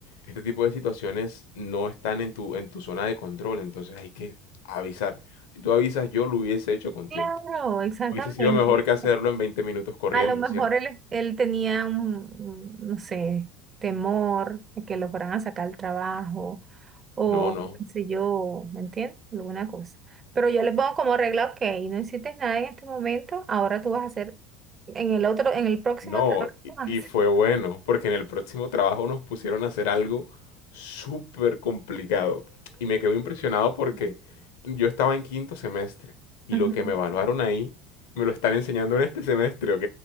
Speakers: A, on the left (about 65°); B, on the right (about 30°).
A: este tipo de situaciones no están en tu, en tu zona de control, entonces hay que avisar. Si tú avisas, yo lo hubiese hecho con
B: claro,
A: tiempo.
B: exactamente.
A: Hubiese sido mejor
B: ¿viste?
A: que hacerlo en 20 minutos corriendo,
B: A lo mejor
A: ¿cierto?
B: él, él tenía un, un, no sé, temor de que lo fueran a sacar el trabajo o
A: No, no.
B: qué sé yo, ¿me entiendes? Alguna cosa. Pero yo le pongo como regla, ok, no hiciste nada en este momento, ahora tú vas a hacer, en el otro, en el próximo
A: No,
B: trabajo
A: y
B: <laughs> vas
A: y
B: a hacer.
A: fue bueno, porque en el próximo trabajo nos pusieron a hacer algo súper complicado. Y me quedé impresionado porque
B: <laughs>
A: yo estaba en quinto semestre y
B: Ujú.
A: lo que me evaluaron ahí me lo están enseñando en este semestre, ¿ok?